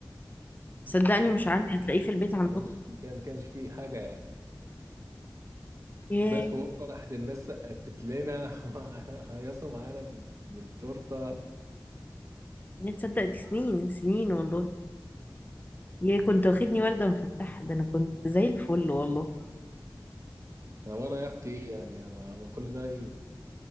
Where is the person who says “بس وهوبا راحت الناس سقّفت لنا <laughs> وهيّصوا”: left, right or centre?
Right